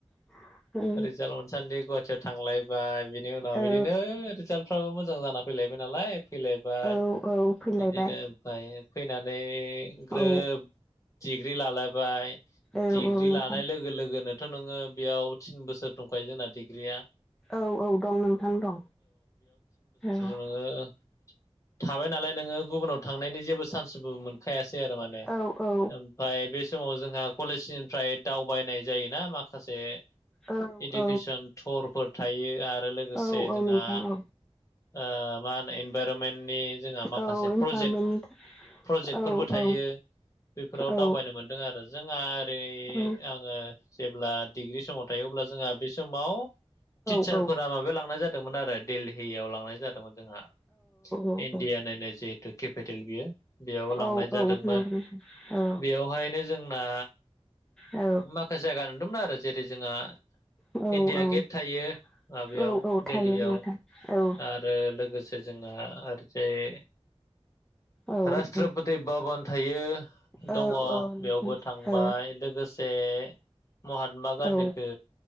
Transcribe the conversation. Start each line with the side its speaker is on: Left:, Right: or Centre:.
Centre: <inaudible>
Left: रिजाल्ट मोनसान्दि गुवाहाटियाव थांलायबाय बिनि उनाव
Centre: औ
Left: बिदिनो रिजाल्टफ्राबो मोजां जाना फैलायबाय नालाय फैलायबाय
Centre: औ औ फैलायबाय
Left: बिदिनो ओमफाय फैनानै ग्रोब
Centre: औ
Left: डिग्रि लायबाय
Centre: औ
Left: डिग्रि
Centre: औ नोंथां
Left: लानाय लोगो लोगोनो थ' नोङो बेयाव थिन बोसोर दंखायो जोंना डिग्रिया।
Centre: औ-औ दं नोंथां दं औ।
Left: ओ थाबाय नालाय नोङो गुबुनाव थांनायनि जेबो चान्स मोनखायासै आरो माने
Centre: औ औ
Left: ओमफ्राय बे समाव जोंहा कलेजनिफ्राय दावबायनाय जायोना माखासे
Centre: औ
Left: इडुकेसन
Centre: औ
Left: थरफोर थायो आरो लोगोसे
Centre: औ औ
Left: जोंहा
Centre: नोंथां औ
Left: ओ मा होनो इनभाइरनमेन्टनि जोंहा माखासे
Centre: औ इनभारमेन्ट
Left: प्रजेक्ट प्रजेक्टफोरबो
Centre: औ
Left: थायो।
Centre: औ
Left: बेफोराव
Centre: औ
Left: दावबायनो मोनदों आरो। जोंहा ओरै
Centre: औ
Left: आङो जेब्ला डिग्रि समाव थायो अब्ला जोंहा बे समाव टिचारफोरा
Centre: औ
Left: माबायाव लांनाय जादोंमोन आरो दिल्लीयाव। लांनाय जादोंमोन जोंहा।
Centre: औ
Left: इण्डियानिनो
Centre: औ
Left: जिहेतु केपिटेल बियो बेयाव
Centre: औ
Left: लांनाय जादों
Centre: <unintelligible>
Left: बेवहायनो जोंना
Centre: औ
Left: माखासे जायगा नुदोंमोन आरो। जेरै जोंहा
Centre: औ औ
Left: इण्डिया गेट थायो ओ बेयाव
Centre: औ औ थायो
Left: दिल्लीयाव।
Centre: नोंथां औ।
Left: आरो लोगोसे जोंहा ओरजाय
Centre: औ
Left: रास्ट्रपति
Centre: औ
Left: भबन थायो।
Centre: औ
Left: दङ
Centre: औ नोंथां
Left: बेयावबो थांबाय।
Centre: औ
Left: लोगोसे महात्मा गान्धीखौ
Centre: औ